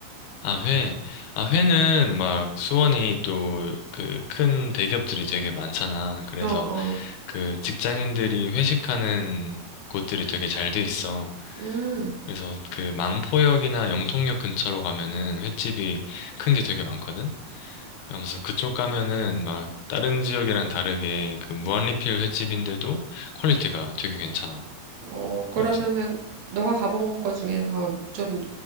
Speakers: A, on the left; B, on the right.
A: 아, 회. 아, 회는 막 수원이 또 그 큰 대기업들이 되게 많잖아. 그래서
B: 어, 어.
A: 그 직장인들이 회식하는 곳들이 되게 잘 돼 있어.
B: 음,
A: 그래서 그 망포역이나 영통역 근처로 가면은 횟집이 큰 게 되게 많거든? 그러면서 그쪽 가면은 막 다른 지역이랑 다르게 그 무한리필 횟집인데도 퀄리티가 되게 괜찮아.
B: 어,
A: 그래서
B: 그러면은 너가 가본 거 중에서 좀